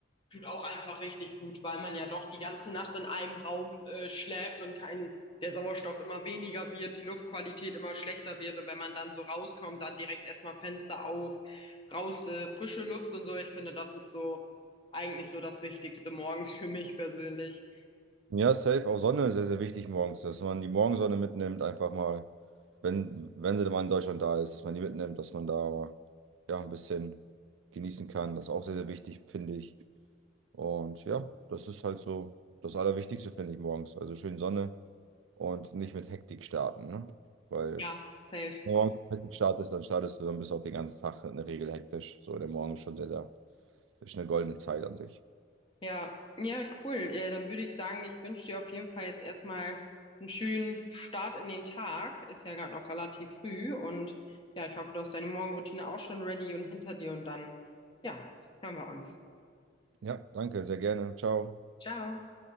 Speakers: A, on the left; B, on the right.
A: tut auch einfach richtig gut, weil man ja doch die ganze Nacht in einem Raum, äh, schläft und kein, der Sauerstoff immer weniger wird, die Luftqualität immer schlechter wird und wenn man dann so rauskommt, dann direkt erstmal Fenster auf, raus, äh, frische Luft und so. Ich finde, das ist so eigentlich so das Wichtigste morgens für mich persönlich.
B: Ja, safe. Auch Sonne ist sehr, sehr wichtig morgens, dass man die Morgensonne mitnimmt, einfach mal, wenn, wenn sie dann mal in Deutschland da ist, dass man die mitnimmt, dass man da mal, ja, ein bisschen genießen kann. Das ist auch sehr, sehr wichtig, finde ich. Und ja, das ist halt so das Allerwichtigste, finde ich, morgens. Also schön Sonne. und nicht mit Hektik starten, ne? Weil
A: Ja,
B: wenn
A: safe.
B: du morgens mit Hektik startest, dann startest du, dann bist du auch den ganzen Tag in der Regel hektisch. So, der Morgen ist schon sehr, sehr, ist eine goldene Zeit an sich.
A: Ja, ja, cool. Äh, dann würde ich sagen, ich wünsche dir auf jeden Fall jetzt erstmal einen schönen Start in den Tag. Ist ja gerade noch relativ früh und ja, ich hoffe, du hast deine Morgenroutine auch schon ready und hinter dir und dann, ja, hören wir uns.
B: Ja, danke, sehr gerne. Ciao.
A: Ciao.